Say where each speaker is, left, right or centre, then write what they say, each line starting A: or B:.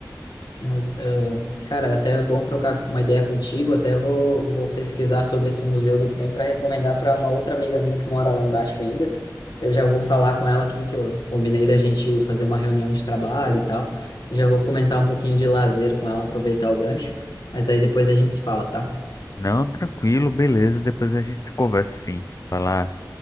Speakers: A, on the left; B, on the left.
A: Mas, ah, cara, até é bom trocar uma ideia contigo. Até vou, vou pesquisar sobre esse Museu do Trem para recomendar para uma outra amiga minha que mora lá embaixo ainda. Eu já vou falar com ela aqui, que eu combinei da gente fazer uma reunião de trabalho e tal. Já vou comentar um pouquinho de lazer com ela, aproveitar o gancho. Mas daí depois a gente se fala, tá?
B: Não, tranquilo, beleza. Depois a gente conversa sim. Falar.